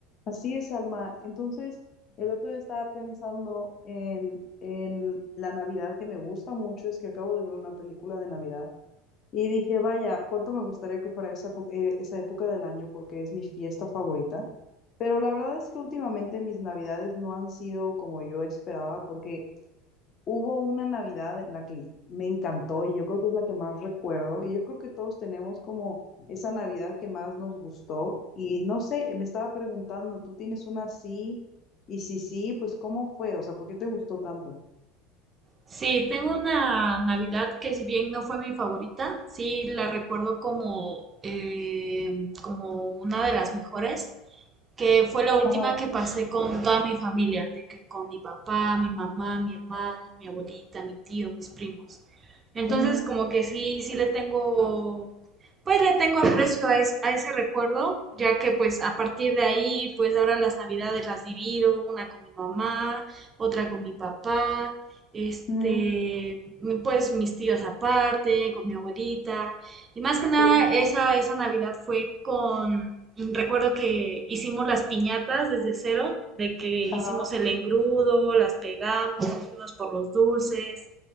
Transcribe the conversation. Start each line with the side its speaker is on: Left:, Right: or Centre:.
Left: Así es, Alma. Entonces, el otro día estaba pensando en, en la Navidad que me gusta mucho, es que acabo de ver una película de Navidad y dije, vaya, cuánto me gustaría que fuera esa, epo- eh, esa época del año porque es mi fiesta favorita. Pero la verdad es que últimamente mis Navidades no han sido como yo esperaba porque Hubo una Navidad en la que me encantó y yo creo que es la que más recuerdo y yo creo que todos tenemos como esa Navidad que más nos gustó y no sé, me estaba preguntando, ¿tú tienes una así? Y si sí, pues ¿cómo fue? O sea, ¿por qué te gustó tanto?
Right: Sí, tengo una Navidad que si bien no fue mi favorita, sí la recuerdo como, eh, como una de las mejores que fue la última
Left: Ajá,
Right: que pasé con toda mi familia, de que con mi papá, mi mamá, mi hermano, mi abuelita, mi tío, mis primos. Entonces,
Left: ujú,
Right: como que sí, sí le tengo, pues le tengo aprecio a, es- a ese recuerdo, ya que pues a partir de ahí, pues ahora las navidades las divido, una con mi mamá, otra con mi papá, este,
Left: ujú,
Right: pues mis tíos aparte, con mi abuelita. Y más que nada,
Left: sí,
Right: esa, esa Navidad fue con, recuerdo que hicimos las piñatas desde cero, de que hicimos
Left: ajá,
Right: el engrudo, las pegamos, nos fuimos por los dulces,